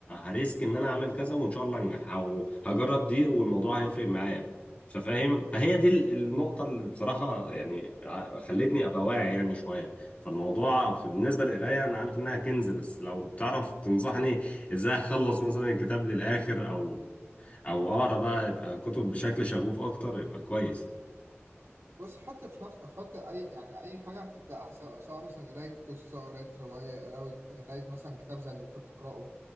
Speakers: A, on the left (about 30°); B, on the right (about 85°).
A: هريسك ان انا اعمل كذا وان شاء الله انجح او هجرب دي والموضوع هيفرق معايا ففاهم فهي دي ال- النقطة اللي بصراحة يعني ع- خلتني أبقى واعي يعني شوية فالموضوع في- بالنسبة للقراية أنا عارف إنها كنز بس لو تعرف تنصحني إزاي أخلص مثلا الكتاب للآخر أو او اقرا بقى يبقى كتب بشكل شغوف اكتر يبقى كويس
B: بص حط في نفس حط اي يعني اي حاجه هتبداها سواء سواء مثلا قرايه قصه قرايه روايه قرايه قراية مثلا كتاب زي اللي انت بتقراه